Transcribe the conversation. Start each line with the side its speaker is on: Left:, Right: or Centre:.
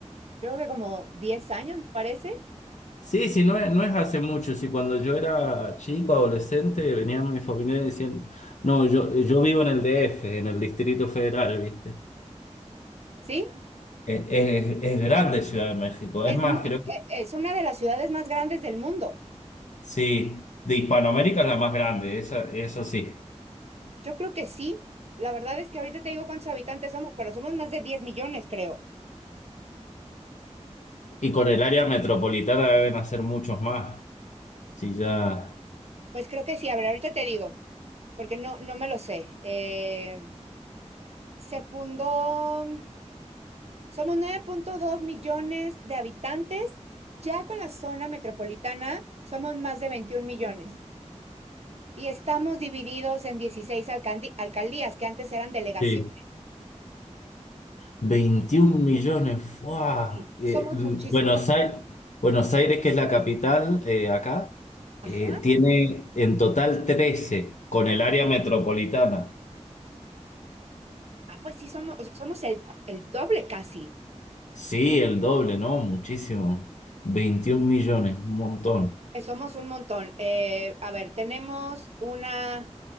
Right: yo creo que como 10 años, me parece.
Left: Sí, sí, no es, no es hace mucho. Sí, cuando yo era chico, adolescente, venían mi familiares y decían, no, yo, eh, yo vivo en el DF, en el Distrito Federal, ¿viste?
Right: ¿Sí?
Left: Es, es- es grande Ciudad de México.
Right: Es
Left: Es más,
Right: muy,
Left: creo
Right: e- es una de las ciudades más grandes del mundo.
Left: Sí, de Hispanoamérica es la más grande, esa, eso sí.
Right: Yo creo que sí. La verdad es que ahorita te digo cuántos habitantes somos, pero somos más de 10 millones, creo.
Left: Y con el área metropolitana deben hacer muchos más. Sí, ya.
Right: Pues creo que sí, a ver, ahorita te digo, porque no, no me lo sé. Eh, se fundó, somos nueve punto dos millones de habitantes, ya con la zona metropolitana somos más de 21 millones y estamos divididos en 16 alcaldi- alcaldías que antes eran delegaciones.
Left: Sí. 21 millones. ¡fua!
Right: y
Left: Eh,
Right: Somos muchísimos.
Left: Buenos Aires, Buenos Aires, que es la capital eh, acá,
Right: Ajá.
Left: eh, tiene en total 13 con el área metropolitana.
Right: Ah, pues sí, somos, o sea, somos el, el doble casi.
Left: Sí, el doble, ¿no? Muchísimo. 21 millones, un montón.
Right: Eh, Somos un montón. Eh, a ver, tenemos una,